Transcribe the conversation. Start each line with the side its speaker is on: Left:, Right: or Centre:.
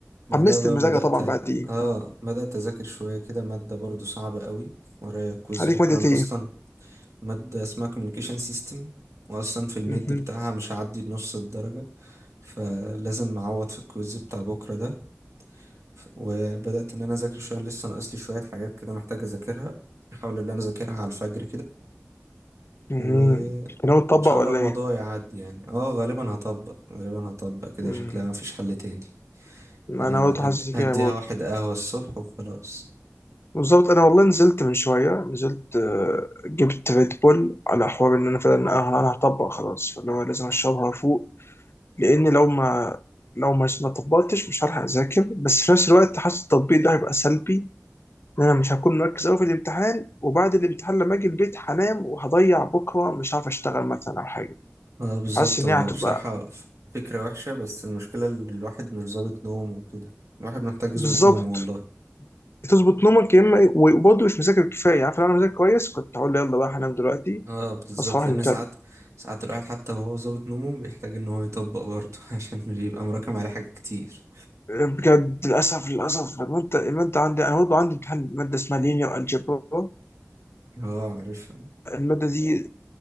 Right: بعدها
Left: حمست
Right: بقى
Left: المذاكره
Right: بدأت
Left: طبعا بعد ايه؟
Right: اه بدأت أذاكر شوية كده مادة برضو صعبة قوي ورايا كويز
Left: عليك
Right: بكرة
Left: ماده
Right: أنا
Left: ايه؟
Right: أصلا مادة اسمها communication system وأصلا في الميد
Left: مهم.
Right: بتاعها مش هعدي نص الدرجة فلازم أعوض في الكويز بتاع بكرة ده ف- وبدأت إن أنا أذاكر شوية لسه ناقصلي شوية حاجات كده محتاج أذاكرها أحاول إن أنا أذاكرها على الفجر
Left: مهم.
Right: كده
Left: انت ناوي تطبق
Right: ان شاء
Left: ولا
Right: الله الموضوع
Left: ايه؟
Right: يعدي يعني اه غالبا هطبق غالبا هطبق كده
Left: مم.
Right: شكلها مفيش حل تاني
Left: انا
Right: هد-
Left: برضه حاسس
Right: هديها
Left: كده برضه
Right: واحد قهوة الصبح وخلاص
Left: بالظبط انا والله نزلت من شويه نزلت آه، جبت ريد بول على حوار ان انا فعلا انا أنا هطبق خلاص فاللي هو لازم اشربها فوق لان لو ما لو ما ما طبقتش مش هلحق اذاكر بس في نفس الوقت حاسس التطبيق ده هيبقى سلبي ان انا مش هكون مركز قوي في الامتحان وبعد الامتحان لما اجي البيت هنام وهضيع بكره مش عارف اشتغل مثلا او حاجه
Right: اه بالظبط
Left: حاسس ان
Right: هو
Left: هي هتبقى
Right: بصراحة ف- فكرة وحشة بس المشكلة ان الواحد مش ظابط نومه وكده الواحد محتاج يظبط
Left: بالظبط
Right: نومه والله
Left: تظبط نومك يا اما وبرضه مش مذاكر كفايه عارف لو انا مذاكر كويس كنت هقول يلا بقى هنام دلوقتي
Right: اه بالظبط
Left: اصحى واحد
Right: لان
Left: متعب
Right: ساعات ساعات الواحد حتى وهو ظابط نومه بيحتاج ان هو يطبق برضه <laughs> عشان بيبقى مراكم عليه حاجات كتير
Left: بجد للاسف للاسف الماده الماده عندي انا برضه عندي امتحان ماده اسمها لينير الجبرا
Right: اه عارفها
Left: الماده دي